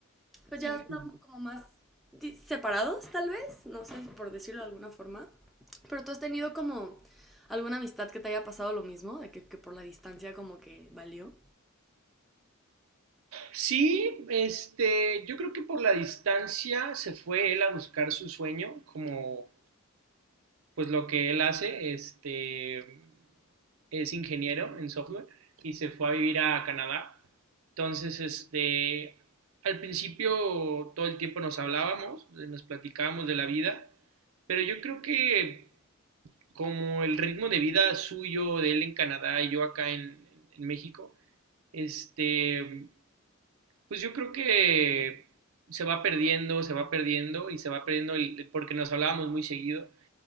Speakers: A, in the centre; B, on the right (about 80°).
A: pues
B: Sí,
A: ya estamos
B: pues
A: como más di- separados, tal vez, no sé, por decirlo de alguna forma. Pero tú has tenido como alguna amistad que te haya pasado lo mismo, de que, que por la distancia como que valió.
B: Sí, este, yo creo que por la distancia se fue él a buscar su sueño, como pues lo que él hace, este, es ingeniero en software y se fue a vivir a Canadá. Entonces, este, al principio todo el tiempo nos hablábamos, nos platicábamos de la vida, pero yo creo que como el ritmo de vida suyo de él en Canadá y yo acá en, en México, este, pues yo creo que se va perdiendo, se va perdiendo y se va perdiendo el, porque nos hablábamos muy seguido